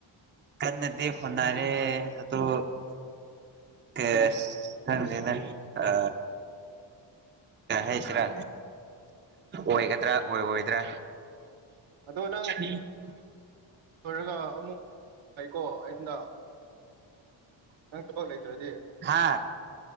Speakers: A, on the right; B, on the right.
A: ꯀꯟꯅꯗꯤ ꯍꫭꯅꯔꯦ ꯑꯗꯨ ꯀꯁ ꯈꯪꯗꯦꯗ ꯑ ꯌꯥꯏ ꯍꯥꯏꯁꯤꯔ ꯑꯣꯏꯒꯗ꯭ꯔ ꯑꯣꯏꯔꯣꯏꯗ꯭ꯔ
B: ꯑꯗꯣ ꯅꯪ
A: <inaudible>
B: ꯂꯣꯏꯔꯒ ꯑꯃꯨꯛ ꯍꯥꯏꯀꯣ ꯑꯩꯉꯣꯟꯗ ꯅꯪ ꯊꯕꯛ ꯂꯩꯇ꯭ꯔꯗꯤ
A: ꯍꯥ